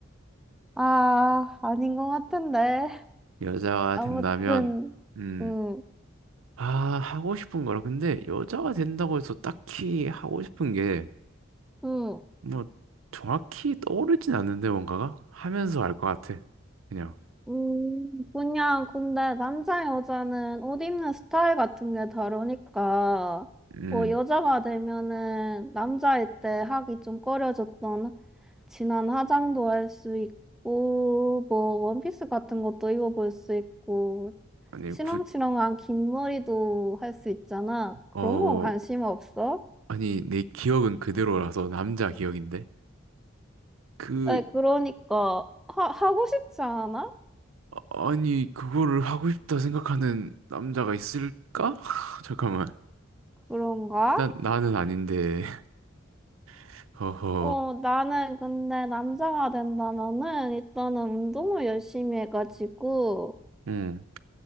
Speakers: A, in the centre; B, on the right.
A: 아, 아닌 것 같은데.
B: 여자가
A: 아무튼,
B: 된다면 음,
A: 음,
B: 아, 하고 싶은 거라. 근데 여자가 된다고 해서 딱히 하고 싶은 게
A: 음.
B: 뭐 정확히 떠오르진 않는데 뭔가가 하면서 알 것 같아. 그냥
A: 음, 그냥, 근데 남자, 여자는 옷 입는 스타일 같은 게 다르니까,
B: 음
A: 뭐, 여자가 되면은 남자일 때 하기 좀 꺼려졌던 진한 화장도 할 수 있고, 뭐, 원피스 같은 것도 입어볼 수 있고,
B: 아니
A: 치렁치렁한
B: 구,
A: 긴 머리도 할 수 있잖아. 그런
B: 어
A: 건 관심 없어?
B: 아니 내 기억은 그대로라서 남자 기억인데 그
A: 에, 그러니까, 하, 하고 싶지 않아?
B: 어, 아니 그거를 하고 싶다 생각하는 남자가 있을까? <laughs> 잠깐만
A: 그런가?
B: 난 나는 아닌데 <laughs> 허허
A: 어, 나는 근데 남자가 된다면은 일단은 운동을 열심히 해가지고
B: 음